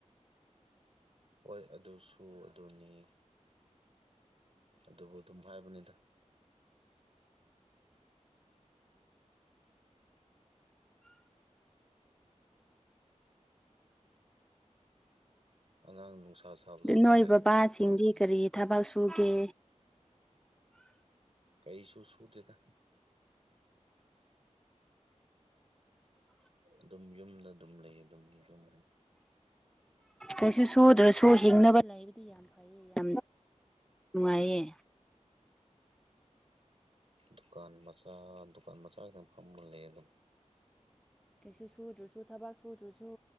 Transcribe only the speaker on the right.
ꯍꯣꯏ ꯑꯗꯨꯁꯨ ꯑꯗꯨꯅꯤ ꯑꯗꯨꯕꯨ ꯑꯗꯨꯝ ꯍꯥꯏꯕꯅꯤꯗ ꯑꯉꯥꯡ ꯅꯨꯡꯁꯥ ꯁꯥꯕꯗ ꯑꯉꯥꯡ
ꯂꯩꯕꯁꯦ
ꯌꯥꯝ ꯋꯥꯔꯝꯒꯅꯤ
ꯀꯩꯁꯨꯨ ꯁꯨ ꯗꯦꯗ ꯑꯗꯨꯝ ꯌꯨꯝꯗ ꯑꯗꯨꯝ ꯂꯩ ꯑꯗꯨꯝ ꯌꯨꯝ
ꯗꯨꯀꯥꯟ ꯃꯆꯥ ꯗꯨꯀꯥꯟ ꯃꯆꯥ ꯈꯤꯇꯪ ꯐꯝꯃ ꯂꯩꯌꯦ ꯑꯗꯨꯝ